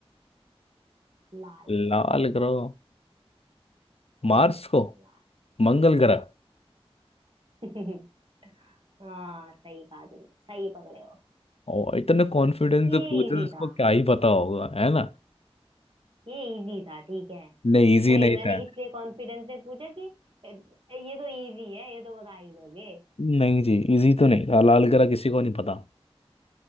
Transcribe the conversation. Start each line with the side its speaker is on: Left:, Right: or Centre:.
Right: लाल ग्रह
Left: लाल ग्रह
Right: हम्म,
Left: मार्स को
Right: लाल
Left: मंगल ग्रह
Right: <laughs> हाँ सही कहा तुमने सही पकड़े हो
Left: और इतना कॉन्फिडेंस
Right: ये
Left: से पूछे
Right: इजी
Left: तो उसको
Right: था
Left: क्या ही पता होगा है ना
Right: ये इजी था ठीक है
Left: नहीं इजी
Right: नहीं
Left: नहीं
Right: मैंने
Left: था
Right: इसलिए कॉन्फिडेंस से पूछा कि "ए, ये तो इजी है ये तो बता ही लोगे
Left: नहीं जी इजी तो नहीं था लाल ग्रह किसी को नहीं पता